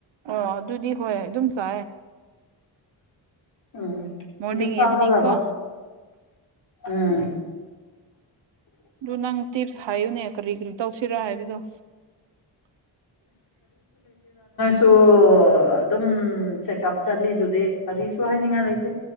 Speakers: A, on the right (about 80°); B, on the left (about 70°).
A: ꯑꯣ ꯑꯗꯨꯗꯤ ꯍꯣꯏ ꯑꯗꯨꯝ ꯁ
B: ꯎꯝ
A: ꯃꯣꯔꯅꯤꯡ
B: ꯑꯗꯨ ꯆꯥꯒꯗꯕ
A: ꯏꯚꯅꯤꯡ ꯀꯣ
B: ꯎꯝ
A: ꯑꯗꯨ ꯅꯪ ꯇꯤꯞꯁ ꯍꯥꯏꯌꯨꯅꯦ ꯀꯔꯤ ꯀꯔꯤ ꯇꯧꯁꯤꯔꯥ ꯍꯥꯏꯕꯗꯨꯣ
B: ꯁꯨ ꯑꯗꯨꯝ ꯆꯦꯛꯑꯞ ꯆꯠꯂꯤꯗꯨꯗꯤ ꯀꯔꯤꯁꯨ ꯍꯥꯏꯅꯤꯡꯉꯥꯏ ꯂꯩꯇꯦ